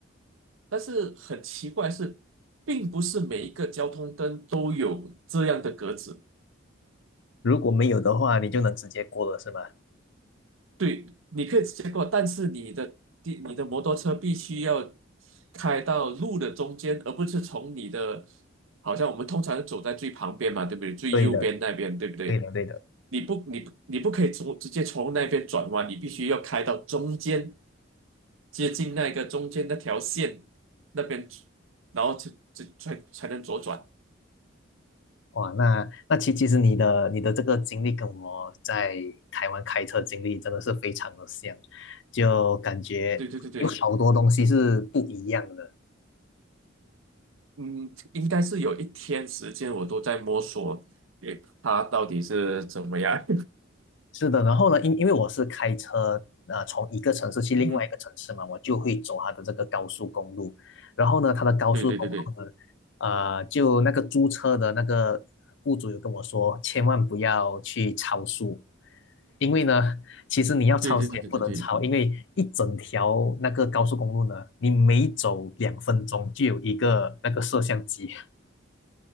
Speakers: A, on the right; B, on the left.
A: 但是很奇怪是，并不是每一个交通灯都有这样的格子。
B: 如果没有的话，你就能直接过了，是吗？
A: 对，你可以直接过，但是你的地你的摩托车必须要开到路的中间，而不是从你的，好像我们通常是走在最旁边嘛，对不对？最右边那边，
B: 对的，
A: 对不对？
B: 对的，对的。
A: 你不你不你不可以从直接从那边转弯，你必须要开到中间，接近那个中间那条线那边，然后才才才才能左转。
B: 哇，那那其其实你的你的这个经历跟我在台湾开车经历真的是非常的像，就感觉有好多东西是不一样的。
A: 对对对对，嗯，应该是有一天时间我都在摸索，诶，它到底是怎么样？
B: 是的，然后呢，因因为我是开车，呃，从一个城市去另外一个城市嘛，
A: <laughs> 嗯，
B: 我就会走它的这个高速公路。然后呢，它的高速公路呢，
A: 对对对对
B: 呃，就那个租车的那个雇主有跟我说，千万不要去超速，因为呢，其实你要超速也不能超，
A: 对对对对对对，
B: 因为一整条那个高速公路呢，你每走两分钟就有一个那个摄像机。